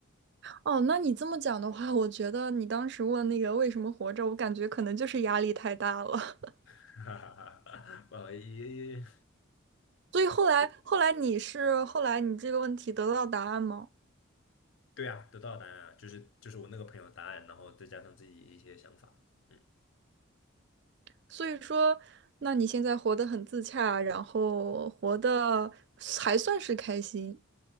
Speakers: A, on the right; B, on the left.
A: 哦，那你这么讲的话，我觉得你当时问那个为什么活着，我感觉可能就是压力太大了。<laughs>
B: <laughs> 哈哈哈，呃，也
A: 所以后来，后来你是后来你这个问题得到答案吗？
B: 对啊，得到的答案啊，就是就是我那个朋友的答案，然后再加上自己一些想法，嗯，
A: 所以说，那你现在活得很自洽，然后活得还算是开心。